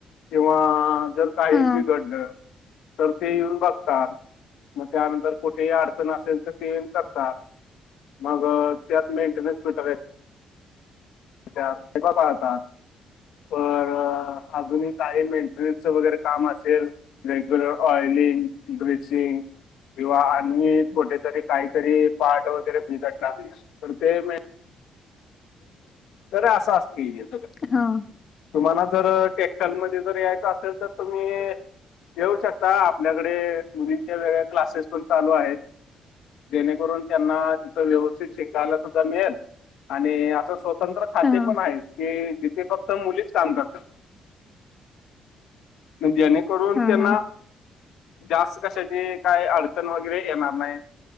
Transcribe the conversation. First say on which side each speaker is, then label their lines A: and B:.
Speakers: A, on the left; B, on the left.
A: किंवा, जर काही
B: हां,
A: बिघडलं तर ते येऊन बघतात. मग त्यानंतर कुठेही अडचण असेल तर ते येऊन करतात. मग त्यात मेंटेनन्स भेटा त्यात <unintelligible> पाळतात. बर, अजूनही काही मेंटेनन्सच वगैरे काम असेल? रेग्युलर, ऑइलिंग, ब्लिचिंग किंवा आणि कुठेतरी काहीतरी पाठ वगैरे बिघडला नाही. तर ते तर, अस असतय
B: हां,
A: तुम्हाला जर टेक्स्टाइल मध्ये, जर यायच असेल. तर तुम्ही येऊ शकता? आपल्याकडे मुलिंच्या वेगळ्या क्लासेस पण चालू आहेत. जेणेकरून त्यांना, तिथं व्यवस्थित शिकायला सुद्धा मिळेल आणि असं स्वतंत्र खाते
B: हां,
A: पण आहे. की तिथे फक्त मुलीच काम करतात, जेणे करून
B: हां,
A: त्यांना
B: हां,
A: जास्त कशाची काय अडचण वगैरे येणार नाही